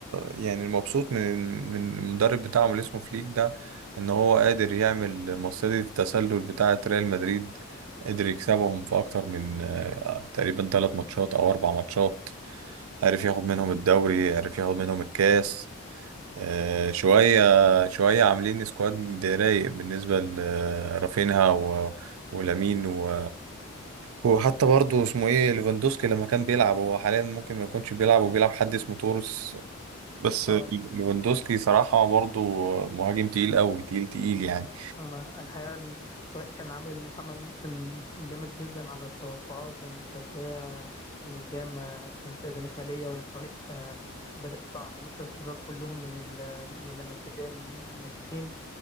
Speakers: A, on the right; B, on the left.
A: يعني المبسوط من من المدرب بتاعهم اللي اسمه فليك ده إن هو قادر يعمل مصيدة التسلل بتاعة ريال مدريد قدر يكسبهم في أكتر من آه، تقريبا ثلاث ماتشات أو أربع ماتشات عرف ياخد منهم الدوري عرف ياخد منهم الكاس آه، شوية شوية عاملين سكواد رايق بالنسبة لرافينها و... ولامين و... وحتى برضه اسمه ايه ليفاندوسكي لما كان بيلعب هو حاليا ممكن ما يكونش بيلعب وبيلعب حد اسمه تورس بس
B: اه
A: ليفاندوسكي صراحة برضه مهاجم تقيل قوي تقيل تقيل يعني
B: هما الحقيقة ال- الفريق كان عامل عمل موسم جامد جدا على التوقعات يعني كبداية يعني بداية ما كان في أزمات مالية والفريق آه، بدأ بعناصر الشباب كلهم من ال- من اللمسية الناشئين